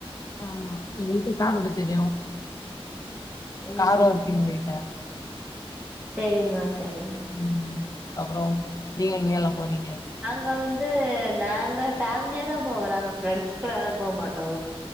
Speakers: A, on the left; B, on the right.
A: ஆமா எங்க வீட்டுல கார் ஓட்ட தெரியு
B: ம்
A: காரு இருக்கு எங்க வீட்டுல
B: செரிங்க செரிங்க
A: ம் அப்புறோ நீங்க எங்க எல்லா போனீங்க
B: அங்க வந்து நாங்க ஃபேமிலியா தான் போவோ நாங்க ஃப்ரெண்ட்ஸ்க்கூட எல்லா போ மாட்டோ